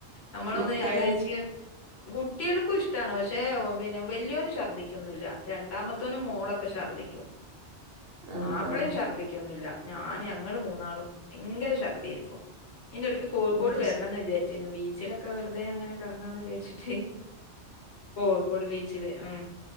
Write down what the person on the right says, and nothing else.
മക്കളാ
ആ
ആ
അത്
ശ-